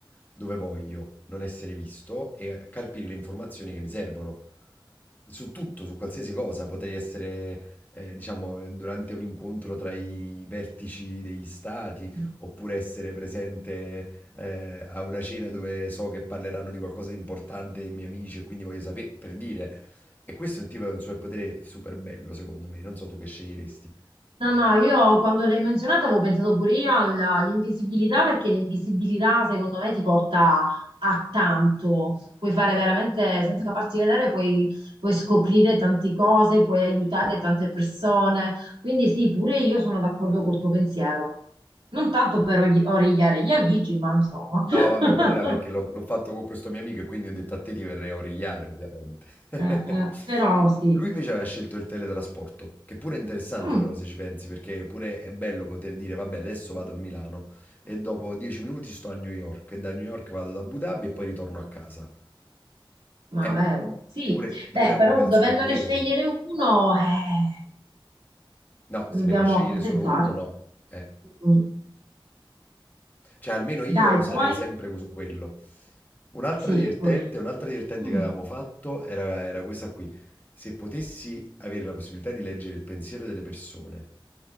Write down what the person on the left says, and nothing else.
dove voglio, non essere visto e carpire le informazioni che mi servono. Su tutto, su qualsiasi cosa, potrei essere, eh, diciamo, eh, durante un incontro tra i vertici degli stati,
oppure essere presente, eh, a una cena dove so che parleranno di qualcosa di importante i miei amici e quindi voglio sapere, per dire. E questo è un tipo è un superpotere super bello, secondo me. Non so tu che sceglieresti.
No,
vabbè, quello era perché l'ho l'ho fatto con questo mio amico e quindi ho detto a te ti verrei a origliare, ovviamente. <laughs>
Lui invece aveva scelto il teletrasporto, che pure è interessante
però se ci pensi, perché pure è bello poter dire, vabbè, adesso vado a Milano e dopo dieci minuti sto a New York, e da New York vado ad Abu Dhabi e poi ritorno a casa.
Eh,
pure, pure
è un
bel
superpotere
quello.
No,
se ne puoi scegliere
solo uno, no. Eh.
Cioè, almeno io
sarei
sempre su quello. Un'altra
divertente,
un'altra divertente
che avevamo fatto era, era questa qui. Se potessi avere la possibilità di leggere il pensiero delle persone,